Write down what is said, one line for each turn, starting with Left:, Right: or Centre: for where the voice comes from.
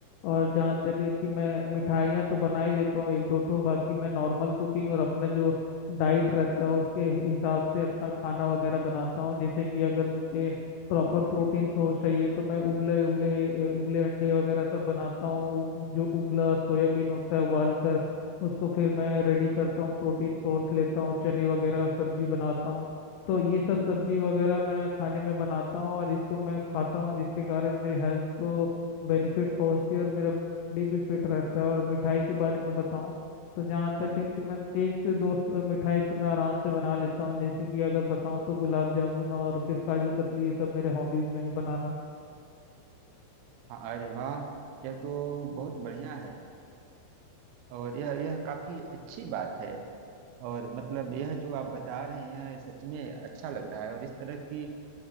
Left: और जहाँ तक है कि मैं मिठाइयाँ तो बना ही लेता हूँ एक दो ठो बाकी मैं नॉर्मल कुकिंग और अपना जो डाइट रहता है उसके हिसाब से अपना खाना वगैरह बनाता हूँ जैसे कि अगर मुझे प्रॉपर प्रोटीन सोर्स चाहिए तो मैं उबले उबले अ, उबले अंडे वगैरह सब बनाता हूँ जो उबला सोयाबीन होता है उबाल कर उसको फिर मैं रेडी करता हूँ प्रोटीन सोर्स लेता हूँ चने वगैरह सब्जी बनाता हूँ तो ये सब सब्जी वगैरह मैं खाने में बनाता हूँ और इसको मैं खाता हूँ जिसके कारण मेरे हेल्थ को बेनिफिट पहुँचती है और मेरा बॉडी भी फिट रहता है और मिठाई के बारे में बताऊँ तो जहाँ तक है कि मैं एक से दो स- मिठाई तो मैं आराम से बना लेता हूँ जैसे कि अगर बताऊँ तो गुलाब जामुन और फिर काजू कतली ये सब मेरे हॉबीज में है बनाना
Right: हाँ अरे वाह यह तो बहुत बढ़िया है और यह यह काफी अच्छी बात है और मतलब यह जो आप बता रहे हैं सच में अच्छा लग रहा है और इस तरह की